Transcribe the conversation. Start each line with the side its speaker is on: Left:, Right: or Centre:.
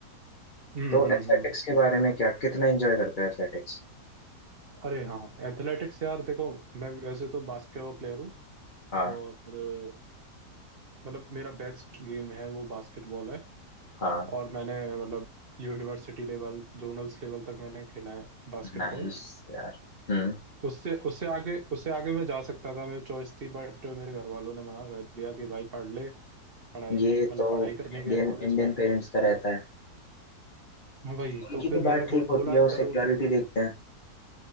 Right: हम्म
Left: तो
Right: हम्म
Left: एथलेटिक्स
Right: हम्म
Left: के बारे में क्या कितना एंजॉय करते हो एथलेटिक्स
Right: अरे हाँ एथलेटिक्स यार देखो मैं वैसे तो बास्केटबॉल प्लेयर हूँ
Left: हाँ
Right: और अ, मतलब मेरा बेस्ट गेम है वो बास्केटबॉल है
Left: हाँ
Right: और मैंने मतलब यूनिवर्सिटी लेवल जोनल्स लेवल तक मैंने खेला है बास्केटबॉल
Left: नाइस यार हम्म
Right: उससे उससे आगे उससे आगे मैं जा सकता था मेरी चॉइस थी बट मेरे घर वालों ने मना कर दिया कि भाई पढ़ ले पढ़ाई
Left: ये
Right: मतलब
Left: तो
Right: पढ़ाई करने
Left: इंडियन
Right: गया कॉलेज
Left: इंडियन
Right: में
Left: पेरेंट्स का रहता है
Right: हाँ, वही
Left: उनकी
Right: तो फिर
Left: भी
Right: मैंने
Left: बात
Right: को-
Left: ठीक होती
Right: बोला
Left: है वो
Right: चलो
Left: सिक्योरिटी देखते हैं